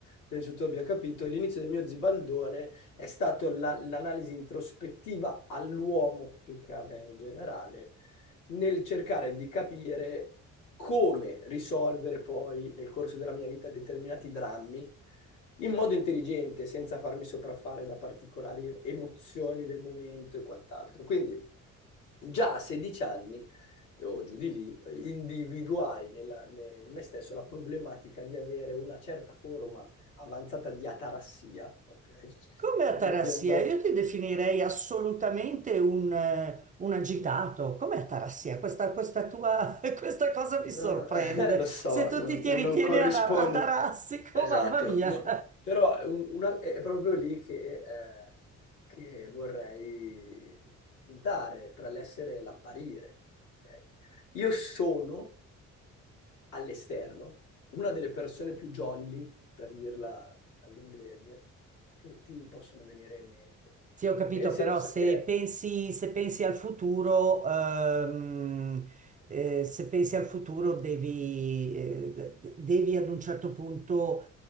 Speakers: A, on the left; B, on the right.
A: penso tu abbia capito. E L'inizio del mio Zibaldone è stato la- l'analisi introspettiva all'uomo più che a me in generale, nel cercare di capire come risolvere poi nel corso della mia vita determinati drammi in modo intelligente, senza farmi sopraffare da particolari em- emozioni del momento e quant'altro. Quindi già a 16 anni, o giù di lì, individuai nella- ne- in me stesso la problematica di avere una certa forma avanzata di atarassia, ok?
B: Come Atarassia,
A: Per cui andrei...
B: io ti definirei assolutamente un, eh, un agitato.
A: cioè,
B: Come Atarassia? Questa, questa tua, <laughs> questa cosa mi
A: eh,
B: sorprende.
A: <laughs> lo so,
B: Se tu
A: non
B: ti, ti
A: non
B: ritieni
A: corrisponde.
B: ana- atarassico,
A: Esatto,
B: <laughs> mamma mia.
A: no. Però è, un- una- è proprio lì che, eh, che vorrei puntare, tra l'essere e l'apparire. ok? Io sono all'esterno una delle persone più jolly, per dirla all'inglese, che ti possono venire in mente.
B: Sì, ho capito,
A: Nel senso
B: però se
A: che
B: pensi, se pensi al futuro, ehm, eh, se pensi al futuro devi, eh, de- de- devi ad un certo punto,